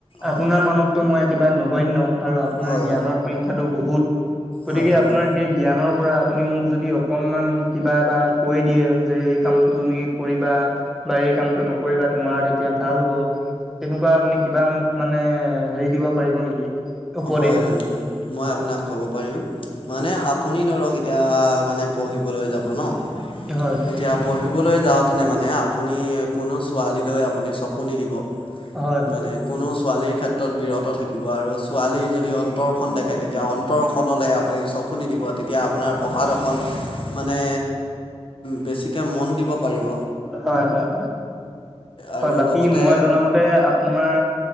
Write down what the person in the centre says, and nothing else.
আপোনাৰ
মানততো মই একেবাৰে নগন্য, আৰু আপ আপোনাৰ
জ্ঞানৰ সংখ্যাটো বহুত। গতিকে,
আপোনাৰ সেই জ্ঞানৰ পৰা আপুনি মোক যদি অকণমান কিবা এটা কৈ দিয়ে, যে এই কামটো তুমি কৰিবা বা এই কামটো নকৰিবা। তোমাৰ তেতিয়া ভাল হব তেনেকুৱা আপুনি কিবা মোক মানে হেৰি দিব পাৰিব নেকি? উপদেশ
হয় হয়
হয় হয়
হয়। হয়। হয়।
বাকী
মই জনামতে আপ আপোনাৰ